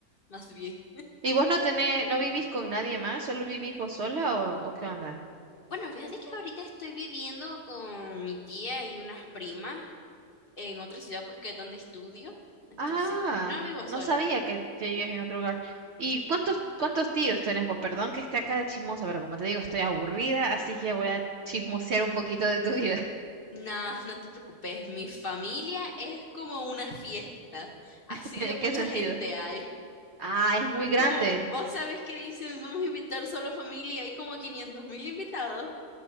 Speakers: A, on the left (about 45°); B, on the right (about 60°).
A: más bien.
B: ¿Y vos no tenés, no vivís con nadie más? ¿Solo vivís vos sola o, o qué onda?
A: Bueno, fíjate que ahorita estoy viviendo con mi tía y unas primas en otra ciudad, pues que es donde estudio. Entonces,
B: Ah,
A: pues no vivo
B: no
A: sola.
B: sabía que, que vivías en otro lugar. ¿Y cuántos, cuántos tíos tenés vos? Perdón que esté acá de chismosa, pero como te digo, estoy aburrida, así que voy a chismosear un poquito de tu vida.
A: Nah, no te preocupes, mi familia es como una fiesta, así
B: <laughs> ¿En
A: de mucha
B: qué sentido?
A: gente hay.
B: Ah, es muy
A: Es
B: grande.
A: como, vos sabés que dicen, vamos a invitar solo familia, hay como quinientos mil invitados.